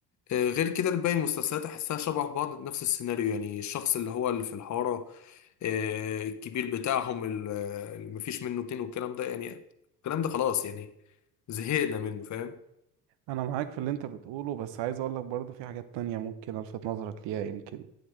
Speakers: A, on the left; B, on the right.
A: آه، غير كده باقي المسلسلات احسها شبه بعض نفس السيناريو يعني الشخص اللي هو اللي في الحارة آه، الكبير بتاعهم ال- اللي مفيش منه اتنين والكلام ده يعني الكلام ده خلاص يعني زهقنا منه فاهم
B: أنا معاك في اللي انت بتقوله بس عايز أقول لك برضه في حاجات تانية ممكن ألفت نظرك ليها يمكن